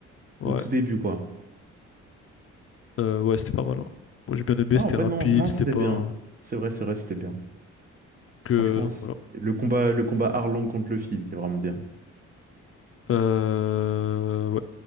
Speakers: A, on the left; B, on the right.
A: Ouais,
B: Au tout début, quoi.
A: Euh, ouais, c'était pas mal. hein. Moi j'ai bien aimé,
B: Ah,
A: c'était
B: en vrai,
A: rapide,
B: non, non,
A: c'était
B: c'était
A: pas.
B: bien. C'est vrai, c'est vrai, c'était bien.
A: Que...
B: Franchement,
A: Donc
B: c'est-
A: voilà.
B: le combat, le combat Arlong contre Luffy, il était vraiment bien.
A: Euh... Ouais.